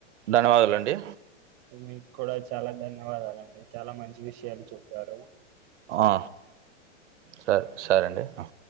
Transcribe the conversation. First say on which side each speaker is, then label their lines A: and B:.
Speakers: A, on the right; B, on the right.
A: ధన్యవాదలండి
B: మీకు కూడ చాలా ధన్యవాదాలండి. చాలా మంచి విషయాలు చెప్పారు.
A: ఆ సర్ సరేండి ఆ